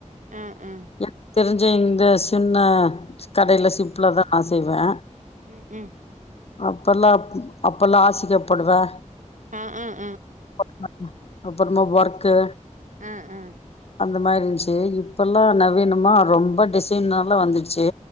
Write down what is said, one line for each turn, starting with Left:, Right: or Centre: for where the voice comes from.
Right: ஆ ஆ
Left: எனக்கு தெரிஞ்ச இந்த சின்ன கடைல
Right: ம்
Left: சிப்லா தா நா செய்வே
Right: ம் ம் ம்
Left: அப்பல்லா அப்பல்லா ஹாசிக பொடவ
Right: அ அ
Left: <inaudible> அப்பறமா ஒர்க்கு
Right: அ அ
Left: அந்த மாரி இருந்துச்சு இப்பல்லா நவீனமா ரொம்ப டிசைன்னால வந்துடுச்சு